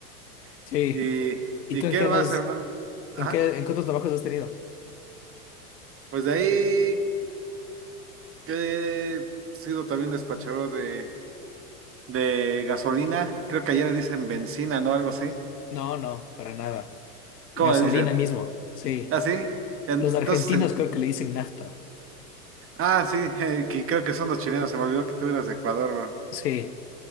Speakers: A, on the right; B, on the left.
A: <laughs>
B: Sí.
A: y,
B: ¿Y
A: ¿y
B: tú
A: qué
B: en qué
A: más,
B: más,
A: hermano? Ajá.
B: en qué, en qué otros trabajos has tenido?
A: Pues de ahí que he sido también despachador de, de gasolina. Creo que allá le dicen benzina, ¿no? Algo así.
B: No, no, para nada. Gasolina
A: ¿Cómo le dicen?
B: mismo, sí.
A: ¿Ah, sí? Entonces,
B: Los argentinos
A: en-
B: creo que le dicen nafta.
A: ah, sí, <laughs> que creo que son los chilenos. Se me olvidó que tú eras de Ecuador, bro.
B: Sí,